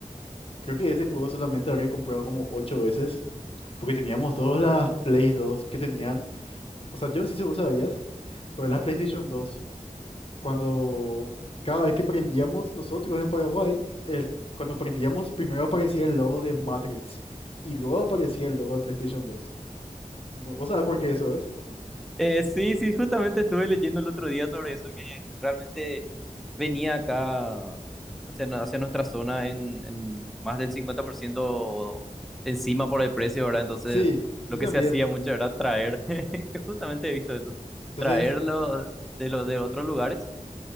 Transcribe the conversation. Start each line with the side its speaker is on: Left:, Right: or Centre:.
Left: creo que ese juego solamente habría comprado como ocho veces, porque teníamos todas las Play dos que tenían, o sea, yo no sé si vos sabías, pero las PlayStation dos cuando cada vez que prendíamos nosotros en Paraguay, el, cuando prendíamos primero aparecía el logo de Matrix y luego aparecía el logo de PlayStation dos. ¿Vo- ¿Vos sabés por qué eso es?
Centre: Eh, sí, sí, justamente estuve leyendo el otro día sobre eso, que realmente venía acá hacia, nu- hacia nuestra zona en, en más del 50% encima por el precio, ¿verdad? Entonces,
Left: Sí,
Centre: lo
Left: yo también.
Centre: que se hacía mucho era traer, <laughs> justamente he visto eso,
Left: Entonces,
Centre: traerlo de los de otros lugares